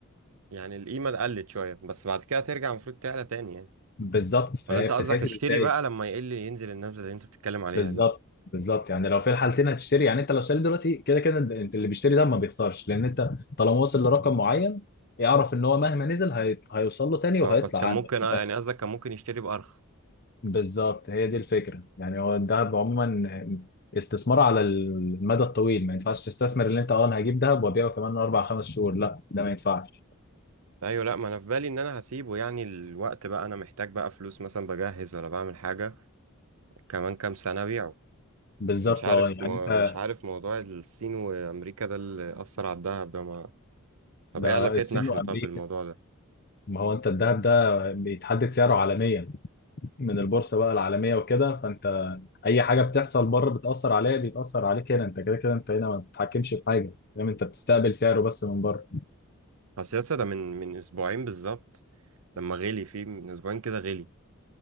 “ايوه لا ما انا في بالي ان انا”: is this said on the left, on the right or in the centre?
Right